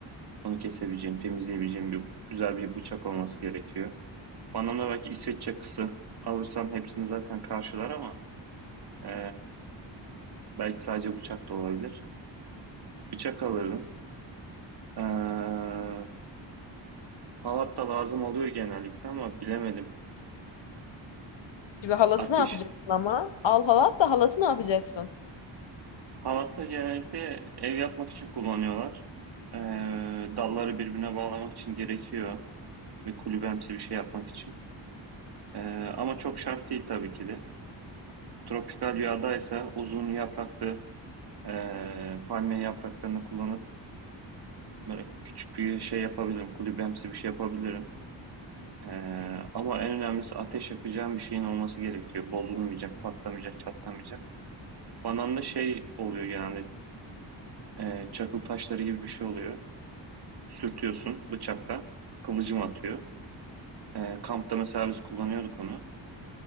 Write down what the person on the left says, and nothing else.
Şimdi halatı
ne yapacaksın ama? Al halat da halatı ne yapacaksın?